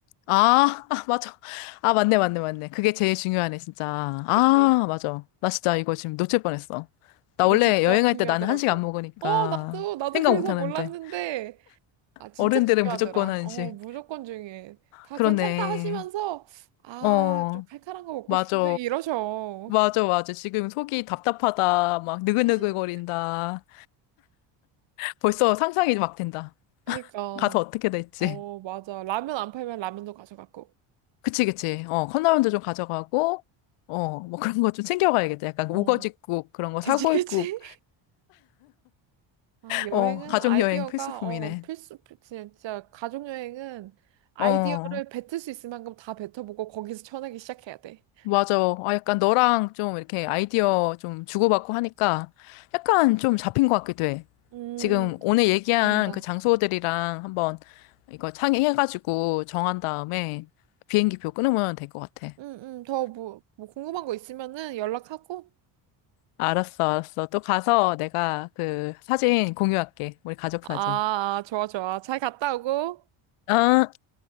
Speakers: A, on the left; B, on the right.
A: 아, <laughs> 아, 맞아. 아, 맞네, 맞네, 맞네. 그게 제일 중요하네, 진짜. 아,
B: 그지?
A: 맞아. 나 진짜 이거 지금 놓칠 뻔했어. 나
B: 이거
A: 원래
B: 진짜
A: 여행할
B: 중요하더라고.
A: 때 나는 한식 안 먹으니까
B: 어, 나도, 나도
A: 생각
B: 그래서
A: 못 하는데.
B: 몰랐는데, 아, 진짜
A: 어른들은
B: 중요하더라.
A: 무조건 한식.
B: 어, 무조건 중요해. 다
A: 그렇네.
B: 괜찮다 하시면서, 아,
A: 어,
B: 좀 칼칼한 거 먹고
A: 맞아.
B: 싶은데? 이러셔.
A: 맞아,
B: <laughs>
A: 맞아. 지금 속이 답답하다. 막 느글느글거린다.
B: 그치.
A: 벌써 상상이 막 된다.
B: 그니까,
A: 가서 어떻게 될지.
B: 어, 맞아. 라면 안 팔면 라면도 가져갔고.
A: 그치, 그치. 어, 컵라면도 좀 가져가고, 어, 뭐 그런 거 좀 챙겨가야겠다. 약간
B: 어,
A: 우거지국
B: <laughs>
A: 그런 거 사골국.
B: 그치, 그치. 아, 여행은
A: 어, 가족여행
B: 아이디어가
A: 필수품이네.
B: 어 필수 필- 진짜, 진짜 가족 여행은 아이디어를
A: 어.
B: 뱉을 수 있을 만큼 다 뱉어보고 거기서 쳐내기 시작해야 돼.
A: 맞아. 아, 약간 너랑 좀 이렇게 아이디어 좀 주고받고 하니까 약간 좀 잡힌 것 같기도 해.
B: 음,
A: 지금 오늘 얘기한
B: 다행이다.
A: 그 장소들이랑 한번 이거 창의해가지고 정한 다음에 비행기표 끊으면 될 것 같아.
B: 음, 음, 더 뭐, 뭐 궁금한 거 있으면은 연락하고.
A: 알았어, 알았어. 또 가서 내가 그 사진 공유할게. 우리 가족
B: 아,
A: 사진.
B: 아, 좋아, 좋아. 잘 갔다 오고.
A: 아.